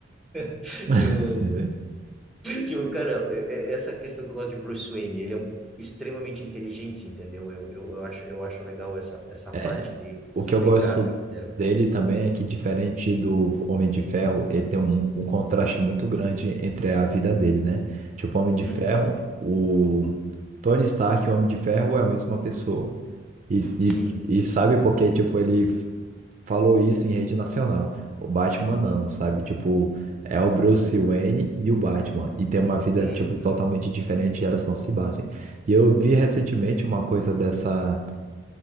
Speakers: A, in the centre; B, on the right (about 40°).
A: <laughs>
B: <laughs>
A: Tipo,
B: Sim, sim.
A: tipo, cara, é- é- essa questão que eu gosto de Bruce Wayne, ele é um extremamente inteligente, entendeu? Eu, eu, eu acho, eu acho legal essa, essa
B: É.
A: parte dele,
B: O
A: essa
B: que eu
A: pegada
B: gosto
A: que deram pra
B: dele
A: ele.
B: também é que, diferente do Homem de Ferro, ele tem um, um contraste muito grande entre a vida dele, né? Tipo, Homem de Ferro,
A: Uhum.
B: o Tony Stark e o Homem de Ferro é a mesma pessoa. E,
A: Sim.
B: e, e sabe porque, tipo, ele f- falou isso em rede nacional. O Batman não, sabe? Tipo, é o Bruce Wayne e o Batman. E tem uma vida,
A: Uhum.
B: tipo, totalmente diferente e elas não se batem. E eu vi recentemente uma coisa dessa